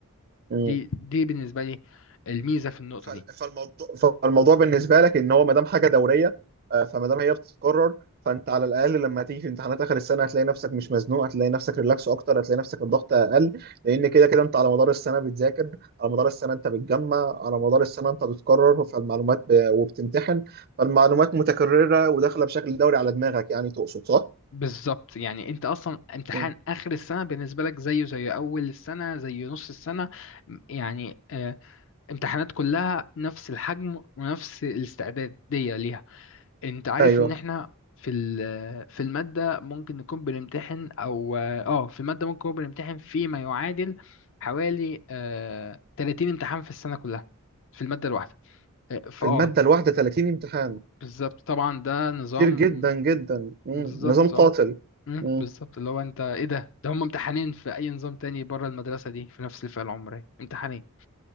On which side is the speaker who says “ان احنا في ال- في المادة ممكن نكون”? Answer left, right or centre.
Left